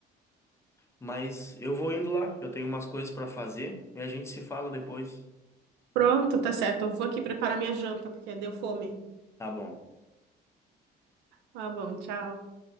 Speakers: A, on the left; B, on the right.
A: Mas eu vou indo lá, eu tenho umas coisas para fazer e a gente se fala depois.
B: Pronto, tá certo. Eu vou aqui preparar minha janta, porque deu fome.
A: Tá bom.
B: Tá bom, tchau.